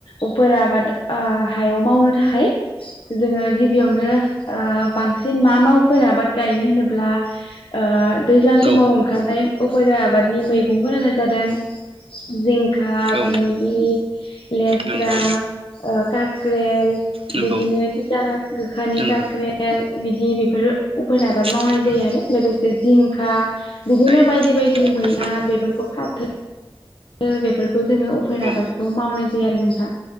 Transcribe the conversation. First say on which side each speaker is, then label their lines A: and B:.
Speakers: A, on the left; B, on the right.
A: उफार आबाद ओ हायाव मावनो थाखाय जोङो गिबियावनो ओ बांसिन मा मावफोर आबाद गायो होनोब्ला ओ दैज्लां समाव
B: ओ
A: ओंखारनाय उफेरा आबादनि मैगंफोरानो जादों जिंखा
B: औ
A: भेन्दि लेस्रा
B: नंगौ
A: ओ खाख्रेल
B: नंगौ
A: बिदिनो थिथा गोखानि
B: नंगौ
A: खाख्रेल बिदि बेफोरो उफेर आबाद मावनाय
B: नंगौ
A: जायो आरो लोगोसे जिंखा बिदिनो
B: जायो
A: बायदि बायदि मैना
B: नंगौ
A: बेफोरखौ फाथो ओ बेफोरखौ जोङो उफेरा
B: औ
A: आबादखौ मावनाय जायो आरो नोंथां